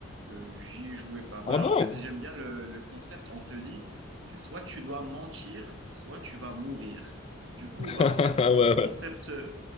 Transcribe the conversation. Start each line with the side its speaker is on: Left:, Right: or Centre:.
Right: Euh, j'y ai joué pas mal.
Left: Ah
Right: En
Left: bon?
Right: fait, j'aime bien
Left: <laughs>
Right: le, le concept. On te dit, c'est soit tu dois mentir, soit tu vas mourir. Du coup, bah,
Left: Ah
Right: en fait, tout
Left: ouais,
Right: le concept,
Left: ouais.
Right: euh,